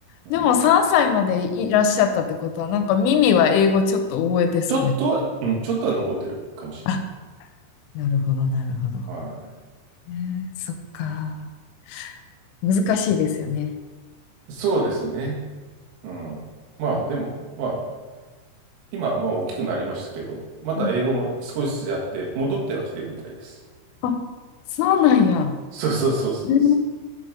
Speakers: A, on the left (about 80°); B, on the right (about 75°).
A: でも3歳までいらっしゃったってことは、
B: うん。
A: なんか耳は英語ちょっと覚えてそうや。
B: ちょっとは、うん、ちょっとは残ってるかもしれない。
A: あ、なるほど、なるほど。
B: は
A: ねえそっか。難しいですよね。
B: い。そうですね。うん。まあ、
A: うん
B: でも、まあ、今はまあ大きくなりましたけど、また英語も少しずつやって、
A: うん
B: 戻ってはきてるみたいです。
A: あ、そうなんや。
B: そうそうそうそう。
A: ね